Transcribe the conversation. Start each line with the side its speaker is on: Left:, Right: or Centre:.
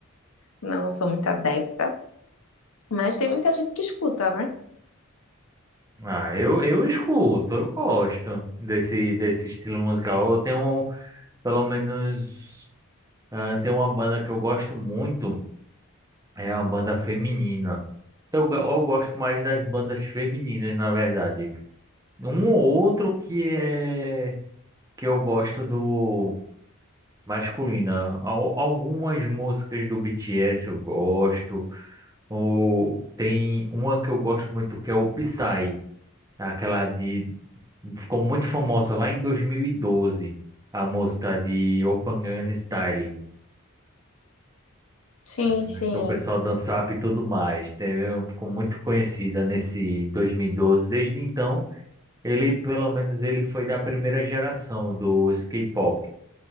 Left: Não sou muito adepta. Mas tem muita gente que escuta, né?
Right: Ah, eu, eu escuto, eu gosto desse, desse estilo musical. Eu tenho, pelo menos, ah, tem uma banda que eu gosto muito. É uma banda feminina. Eu, go- eu gosto mais das bandas femininas, na verdade. Um ou outro que é que eu gosto do masculina. Al- algumas músicas do BTS eu gosto. Ou tem uma que eu gosto muito que é o Psy, aquela de ficou muito famosa lá em 2012, a música de Open Gangnam Style.
Left: Sim,
Right: Aquilo
Left: sim,
Right: que o pessoal dançava e tudo mais. Teve, ficou muito conhecida nesse 2012. Desde então, ele, pelo menos, ele foi da primeira geração dos K-pop.